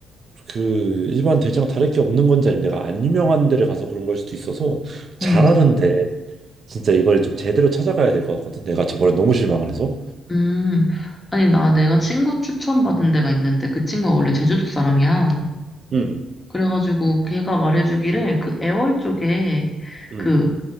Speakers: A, on the right (about 50°); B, on the left (about 20°).
A: 그 일반 돼지랑 다를 게 없는 건지 아니면 내가 안 유명한 데를 가서 그런 걸 수도 있어서 잘하는데
B: 응.
A: 진짜 이번에 좀 제대로 찾아가야 될 것 같거든. 내가 저번에 너무 실망을 해서.
B: 음, 아니, 나 내가 친구 추천받은 데가 있는데 그 친구가 원래 제주도 사람이야.
A: 음,
B: 그래가지고 걔가 말해주기를 그 애월 쪽에
A: 음,
B: 그